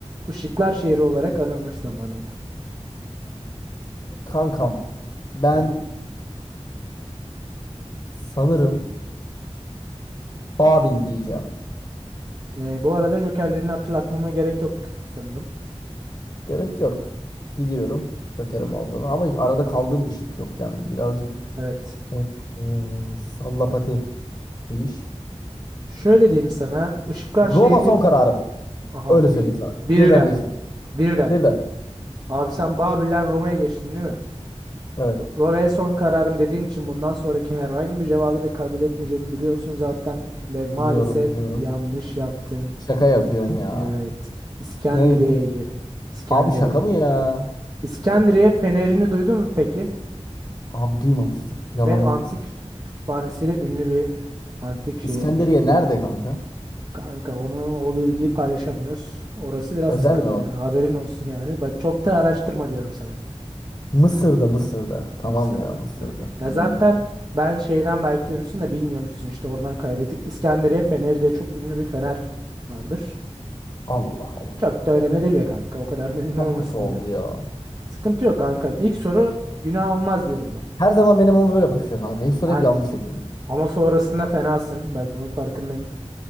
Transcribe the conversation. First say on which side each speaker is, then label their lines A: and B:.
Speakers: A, on the right; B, on the left.
A: ışıklar şehri olarak anılmış zamanında.
B: Kankam ben
A: Evet.
B: sanırım Babil diyeceğim.
A: Ee, bu arada jokerlerini hatırlatmama gerek yok sanırım.
B: Gerek yok. Biliyorum Joker'im
A: Hmm.
B: olduğunu ama arada kaldığım bir şık yok yani birazcık
A: Evet.
B: e, e, sallapati bir iş.
A: Şöyle diyeyim sana. Işıklar
B: Roma
A: şehri.
B: son kararım.
A: Aha
B: Öyle söyleyeyim
A: bir,
B: sana.
A: birden.
B: Birden değiştirdim.
A: Birden.
B: Birden.
A: Abi sen Babil'den Roma'ya geçtin değil mi?
B: Evet.
A: Ro- Roma'ya son kararım dediğin için bundan sonraki herhangi bir cevabı da kabul etmeyeceğimi biliyorsun zaten. Ve maalesef
B: Biliyorum biliyorum.
A: yanlış yaptın.
B: Şaka yapıyorsun ya.
A: Evet. İskenderiye'ydi.
B: Neydi?
A: İskenderiye.
B: Abi şaka mı ya?
A: İskenderiye fenerini duydun mu peki?
B: Abi duymamıştım. Yalan
A: Ve antik
B: olmasın.
A: kütü- kütüphanesiyle ünlü bir antik şehirdir.
B: İskenderiye nerede kanka?
A: Kanka onu o bilgiyi paylaşamıyoruz. Orası biraz
B: Özel
A: sıkıntı.
B: mi o?
A: Haberin olsun yani. Bak çok da araştırma diyorum sana.
B: Mısır'da Mısır'da. Tamam
A: Mısır'da.
B: ya Mısır'da.
A: Evet. Ya
B: Hmm.
A: zaten ben şeyden belki yürürsün de bilmiyormuşsun işte oradan kaybettik. İskenderiye Feneri diye çok ünlü bir fener vardır.
B: Allah Allah.
A: Çok da önemli değil be kanka. O kadar da ünlü
B: Çok
A: olmasın
B: kötü oldu
A: diyorum.
B: ya.
A: Sıkıntı yok kanka. İlk soru günah olmaz diyorum ben.
B: Her zaman benim ama böyle başlıyor kanka. Hiç soru
A: Aynen.
B: hep yanlış yapıyorum.
A: Ama sonrasında fenasın. Bak bunun farkındayım.